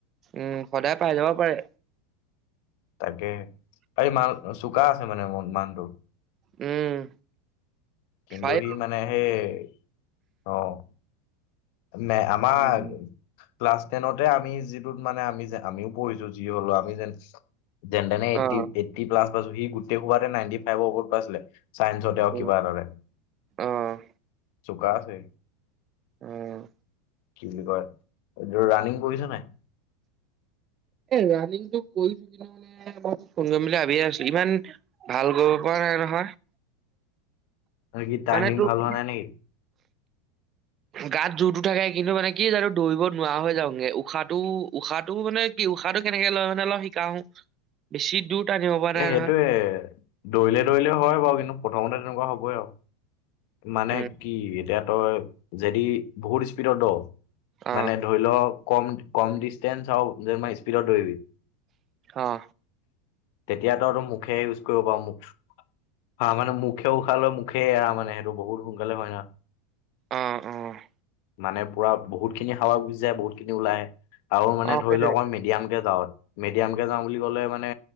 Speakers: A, on the right; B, on the left.
A: উম সদাই পাই যাব পাৰে।
B: তাকে এই মালটো চোকা আছে মানে মানুহজন।
A: উম'।
B: কিন্তু
A: পাৰিব
B: সি মানে সেই অ'। নে আমাৰ
A: উম,
B: ক্লাছ টেনতে আমি যিটোত মানে আমি যে, আমিও পঢ়িছো যি হলো আমি যেন যেন তেনে এইট
A: অ',
B: এইটি প্লাছ পাইছো, সি গোটেই সোপাটে নাইনটি ফাইভৰ ওপৰত পাইছিলে। চাইন্সতেও
A: অ',
B: কিবা এটাতে,
A: অ',
B: চোকা আছে।
A: অ',
B: কি বুলি কয়, ৰানিং কৰিছ নাই।
A: ৰানিং টো মানে কৰিম বুলি ভাবি আছো, ইমান ভাল কৰিব পৰা নাই নহয়,
B: আৰু কি টাইমিং
A: মানে তোৰ
B: ভাল হোৱা নাই নেকি
A: গাত জোৰতটো থাকে কিন্তু মানে কি জানো দৌৰিব নোৱাৰা হৈ যাওগে, উশাহটো- উশাহটো মানে উশাহটো কেনেকে লয় মানে অলপ শিকাও বেছি দূৰ টানিব পৰা
B: সেইটোয়ে
A: নাই নহয়
B: দৌৰিলে, দৌৰিলে হয় বাৰু কিন্তু প্ৰথমতে তেনেকুৱা হ'বই আৰু মানে
A: উম
B: কি এতিয়া তই যদি বহুত স্পীডত দৌৰ
A: অ
B: মানে ধৰি ল' কম, কম ডিটচেন্স হওঁক, তেতিয়া স্পিডত দৌৰিবি।
A: অ'।
B: তেতিয়াতো তই মুখে ইউজ কৰিব পাৰো মুখ হা মানে মুখে উশাহ লৈ মুখেই এৰা মানে, সেইটো বহুত সোনকালে হয় ন।
A: অ', -অ'।
B: মানে পুৰা বহুত খিনি হাৱা গুজি যায়, বহুত খিনি ওলাই আহে আৰু মানে
A: অ
B: ধৰি
A: সেইটোৱে
B: লও অকণ মিডিয়াম কে যাও। মেডিয়ামকে যাওঁ বুলি ক'লে মানে